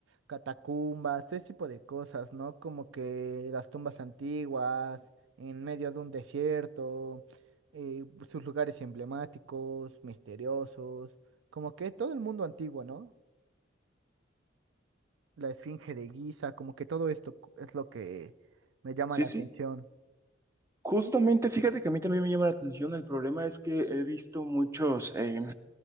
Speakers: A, on the right; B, on the right.
A: catacumbas, ese tipo de cosas, ¿no? Como que las tumbas antiguas, en medio de un desierto, eh, sus lugares emblemáticos, misteriosos, como que todo el mundo antiguo, ¿no? La Esfinge de Giza, como que todo esto c- es lo que me llama
B: Sí,
A: la atención.
B: sí. Justamente,
A: Sí,
B: fíjate que a mí también me llama la atención. El problema es que he visto muchos, em,